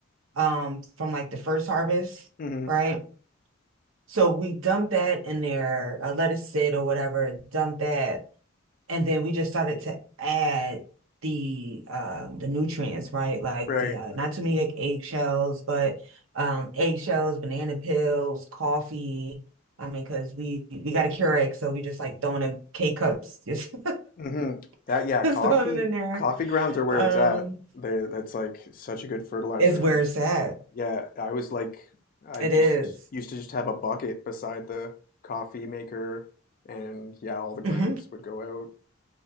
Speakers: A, on the right; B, on the left.
A: um from like the first harvest,
B: hmm
A: right? So we dumped that in there, uh, let it sit or whatever, dumped that and then we just started to add the um the nutrients, right? Like
B: Right.
A: the uh, not too many like eggshells, but um eggshells, banana peels, coffee. I mean, because we we got a Keurig, so we just like throwing a K cups, just,
B: hmm That,
A: <laughs>
B: yeah,
A: just
B: coffee,
A: throwing it in there.
B: coffee grounds are where
A: Um,
B: it's at. They, that's like such a good fertilizer.
A: it's where
B: I just,
A: it's at.
B: yeah, I was like, I
A: It
B: just
A: is.
B: used to just have a bucket beside the coffee maker, and yeah, all the grounds
A: Mhm.
B: would go out.